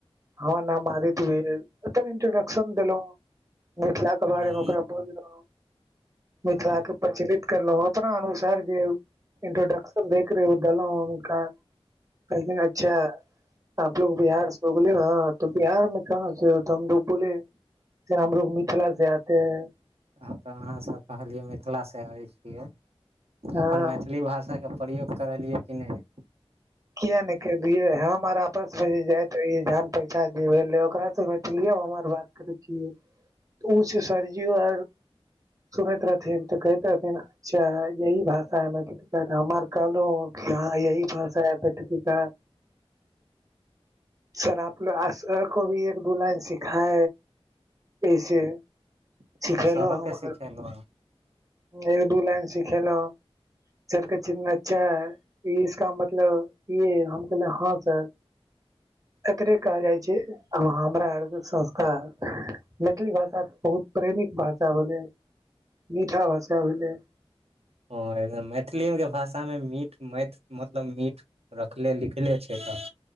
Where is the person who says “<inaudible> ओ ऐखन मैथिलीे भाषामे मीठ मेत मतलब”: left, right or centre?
Right